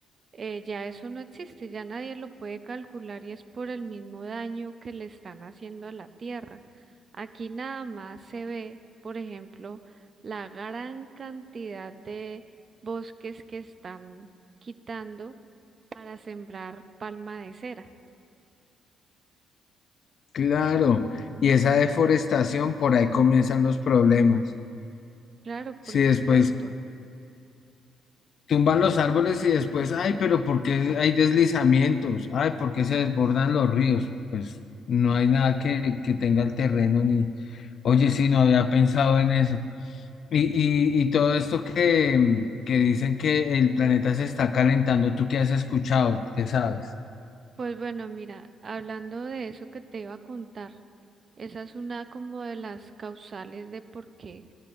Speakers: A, on the right (about 40°); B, on the left (about 60°).
A: eh, ya eso no existe, ya nadie lo puede calcular y es por el mismo daño que le están haciendo a la tierra. Aquí nada más se ve, por ejemplo, la gran cantidad de bosques que están quitando para sembrar palma de cera.
B: Claro, y esa deforestación, por ahí comienzan los problemas.
A: Claro, por
B: Sí,
A: supuesto.
B: después. tumban los árboles y después, ay, pero ¿por qué hay deslizamientos? Ay, ¿por qué se desbordan los ríos? Pues no hay nada que, que tenga el terreno ni, oye, sí, no había pensado en eso. Y, y, y todo esto que, que dicen que el planeta se está calentando, ¿tú qué has escuchado? ¿Qué sabes?
A: Pues bueno, mira, hablando de eso que te iba a contar, esa es una como de las causales de por qué